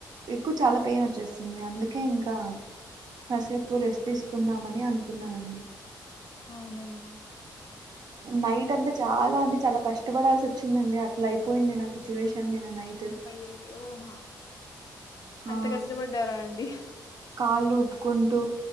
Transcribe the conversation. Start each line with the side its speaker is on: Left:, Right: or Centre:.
Right: ఎక్కువ చాలా పెయిన్ వచ్చేస్తుంది. అందుకే ఇంకా కాసేపు రెస్ట్ తీసుకుందామని అనుకున్నానండి.
Left: అవునండి.
Right: నైట్ అంతే చాలా అంటే చాలా కష్టపడాల్సి వచ్చిందండి. అట్లా అయిపోయింది నా సిచ్యువేషన్ నిన నైట్
Left: అయ్యయో కు
Right: ఆ
Left: అంత కష్టపడ్డారా అండి.
Right: కాళ్ళు ఊపుకుంటూ